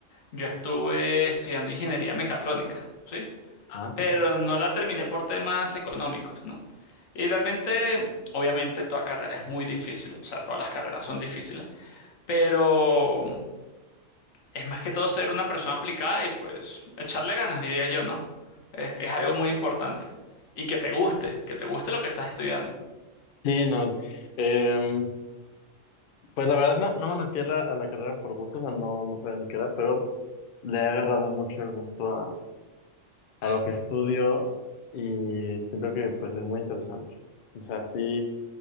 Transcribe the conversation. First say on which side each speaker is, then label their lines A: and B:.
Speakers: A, on the left; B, on the left.
A: Yo estuve estudiando ingeniería mecatrónica, ¿sí?
B: Ah, súper.
A: Pero no la terminé por temas económicos, ¿no? Y realmente, obviamente, toda carrera es muy difícil, o sea, todas las carreras son difíciles, pero es más que todo ser una persona aplicada y pues echarle ganas, diría yo, ¿no? Es, es algo muy importante. Y que te guste, que te guste lo que estás estudiando.
B: Sí, no. eh, pues la verdad no, no me metí a la, a la carrera por gusto, o sea, no, no sabía ni qué era, pero le he agarrado mucho el gusto a lo que estudio y siento que pues es muy interesante. O sea, sí